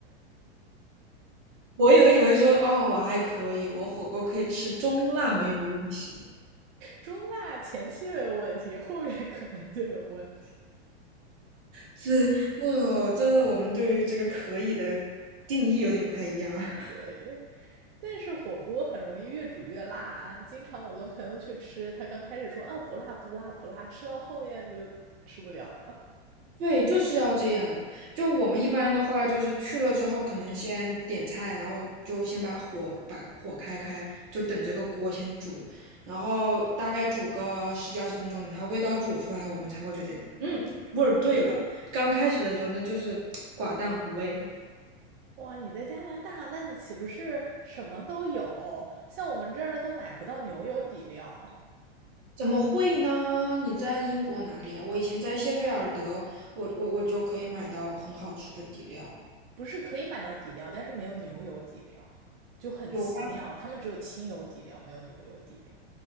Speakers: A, on the right (about 40°); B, on the right (about 60°).
A: 我以为你会说，哦，我还可以，我火锅可以吃中辣没有问题。
B: 中辣前期没有问题，后面可能就有问题。
A: 这这这是我们对于这个可以的定义有点不太一样啊。<laughs>
B: 对，但是火锅很容易越煮越辣啊。经常我跟朋友去吃，他刚开始说啊不辣不辣不辣，吃到后面就吃不了了。
A: 对，就是要这样。就我们一般的话，就是去了之后，可能先点菜，然后就先把火把火开开，就等这个锅先煮，然后大概煮个十几二十分钟，等它味道煮出来，我们才会觉得，嗯，味儿对了。刚开始的时候，那就是 <tsk> 寡淡无味。
B: 哇，你在加拿大，那你岂不是什么都有？像我们这儿都买不到牛油底料，
A: 怎么会呢？你在英国哪里啊？我以前在谢菲尔德，我我我就可以买到很好吃的底料。
B: 不是可以买到底料，但是没有牛油底料，就很奇妙。
A: 有关
B: 他们只有清油底料，没有牛油底料。